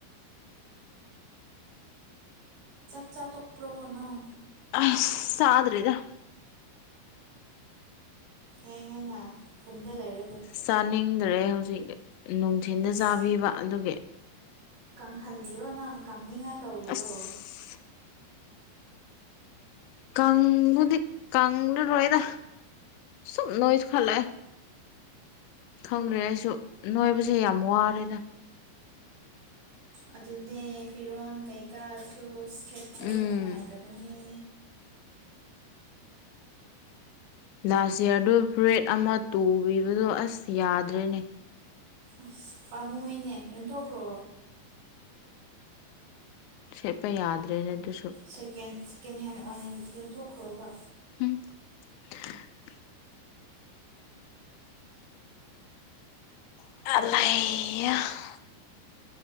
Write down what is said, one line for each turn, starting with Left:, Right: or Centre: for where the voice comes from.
Right: ꯆꯥꯛꯆꯥ ꯇꯣꯛꯄ꯭ꯔꯣ ꯅꯪ
Left: ꯑꯁ ꯆꯥꯗ꯭ꯔꯤꯗ
Right: ꯊꯦꯡꯍꯦꯅ ꯈꯨꯟꯗ ꯂꯩꯔꯒꯦ
Left: ꯆꯥꯅꯤꯡꯗ꯭ꯔꯦ ꯍꯧꯖꯤꯛ ꯅꯨꯡꯊꯤꯟꯗ
Right: ꯏꯁ
Left: ꯆꯥꯕꯤꯕ ꯑꯗꯨꯒꯤ
Right: ꯀꯪꯍꯜꯂꯤꯔꯣ ꯅꯪ ꯀꯪꯅꯤꯡꯉꯥꯏ ꯇꯧꯔꯤꯔꯣ
Left: ꯑꯁ ꯀꯪꯕꯨꯗꯤ ꯀꯪꯂꯔꯣꯏꯗ ꯁꯨꯝ ꯅꯣꯏꯈꯠꯂꯛꯑꯦ ꯈꯪꯗ꯭ꯔꯦ ꯑꯩꯁꯨ ꯅꯣꯏꯕꯁꯦ ꯌꯥꯝ ꯋꯥꯔꯦꯗ
Right: ꯑꯗꯨꯅꯦ ꯐꯤꯔꯣꯜ ꯀꯩꯀꯥꯁꯨ ꯁꯦꯠꯄꯗꯣ
Left: ꯎꯝ
Right: ꯅꯨꯡꯉꯥꯏꯇꯕꯅꯦ
Left: ꯂꯥꯁ ꯏꯌꯥꯔꯗꯨꯣ ꯐꯨꯔꯤꯠ ꯑꯃ ꯇꯨꯕꯤꯕꯗꯣ ꯑꯁ ꯌꯥꯗ꯭ꯔꯦꯅꯦ
Right: ꯑꯁ ꯄꯥꯝꯃꯨꯏꯅꯦ ꯌꯣꯟꯊꯣꯛꯈ꯭ꯔꯣ
Left: ꯁꯦꯠꯄ ꯌꯥꯗ꯭ꯔꯦꯅꯦ ꯑꯗꯨꯁꯨ
Right: ꯁꯦꯀꯦꯟ ꯁꯦꯀꯦꯟ ꯍꯦꯟꯗ ꯑꯣꯏꯅ ꯌꯣꯟꯊꯣꯛꯈ꯭ꯔꯕ
Left: <unintelligible> <unintelligible>